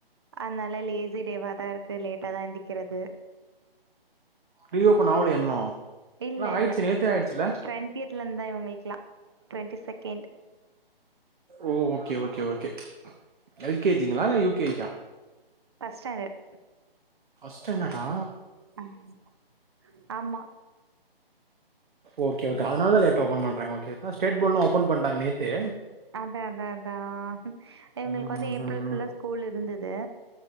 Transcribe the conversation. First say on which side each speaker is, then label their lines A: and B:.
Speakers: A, on the right; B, on the right.
A: அதுனால லேசி டேவாதா இருக்கு லேட்டாதா எந்திரிக்கிறது
B: ரீ ஓப்பன் ஆவலையா இன்னு
A: இல்ல
B: ஆயிடுச்சு
A: இல்ல
B: நேத்தே ஆயிடுச்சுல்ல
A: ட்வெண்ட்டியத்லேருந்துதா இவங்களுக்கெல்லா ட்வெண்ட்டி செகண்ட்
B: ஓ ஓகே ஓகே எல் கே ஜிங்களா இல்ல யூ கே ஜா
A: ஃபஸ்ட் ஸ்டாண்டர்ட்
B: ஃபஸ்ட் ஸ்டான்டர்டா
A: ஆமா சார் ஆமா
B: ஓகே ஓகே அதனால லேட்டா ஓப்பன் பண்றாங்க ஓகே அதா ஸ்டேட் போர்ட்லா ஓப்பன் பண்ட்டாங்க நேத்தே
A: அதா அதா அதா இவுங்களுக்கு
B: ம்ஹ்ம்.
A: வந்து ஏப்ரல் ஃபுல்லா ஸ்கூல் இருந்தது